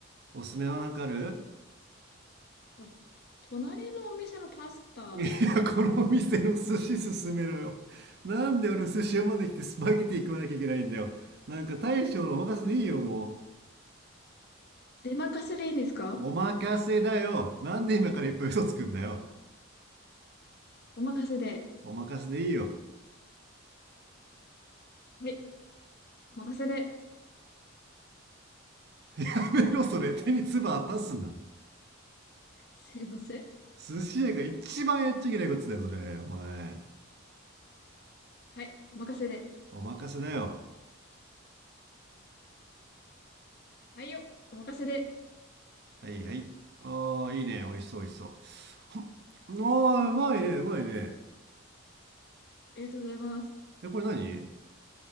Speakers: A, on the right; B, on the left.
A: おすすめは何かある
B: う。あ隣のお店のパスタですね。
A: いや、この店の寿司勧めろよ。なんで俺寿司屋まで来てスパゲティ食わなきゃいけないんだよ。なんか大将のお任せでいいよ、も
B: 出任せでいいんですか
A: う。お任せだよ。なんで今からいっぱい嘘つくんだよ。
B: お任せで。
A: お任せでいいよ。
B: はい。お任せで。
A: やめろ、それ。手に唾当たすな。
B: すいません。
A: 寿司屋が一番やっちゃいけないことだよ、それ。お前。
B: はい。お任せで。
A: お任せだよ。
B: はいよ。お任せで。
A: はい、はい。ああ、いいね。美味しそう、美味しそう。ああ、うまいね、うまいね。
B: ありがとうございます。
A: え、これ何